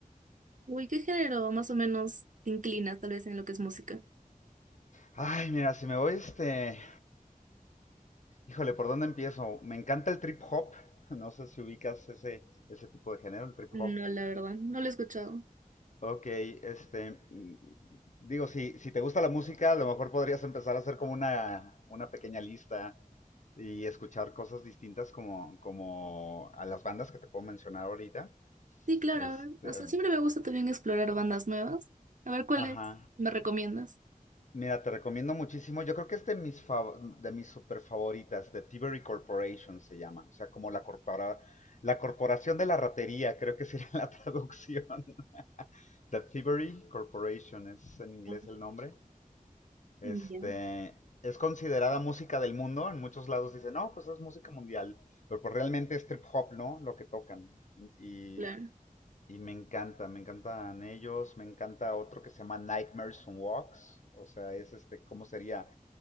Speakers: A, on the right; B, on the left.
A: Uy, ¿qué género más o menos te inclinas tal vez en lo que es música?
B: Ay, mira, si me voy este... Híjole, ¿por dónde empiezo? Me encanta el trip hop. <laughs> No sé si ubicas ese, ese tipo de género, el trip
A: No,
B: hop.
A: la verdad, no lo he escuchado.
B: Ok, este, mm, digo, si, si te gusta la música, a lo mejor podrías empezar a hacer como una, una pequeña lista y escuchar cosas distintas como, como a las bandas que te puedo mencionar ahorita.
A: Sí, claro,
B: Este,
A: a ver, o sea, siempre me gusta también explorar bandas nuevas. A ver, ¿cuáles
B: Ajá.
A: me recomiendas?
B: Mira, te recomiendo muchísimo. Yo creo que es de mis fav- de mis super favoritas, de Thievery Corporation se llama. O sea, como la corpora- la corporación de la ratería, creo que sería <laughs> la traducción. The Thievery Corporation es en inglés
A: Ah,
B: el nombre. Este
A: Ya,
B: es considerada música del mundo. En muchos lados dicen, no, pues es música mundial. Pero pues realmente es trip hop, ¿no? Lo que tocan. Y
A: claro.
B: Y me encanta, me encantan ellos, me encanta otro que se llama Nightmares on Walks, o sea, es este, ¿cómo sería?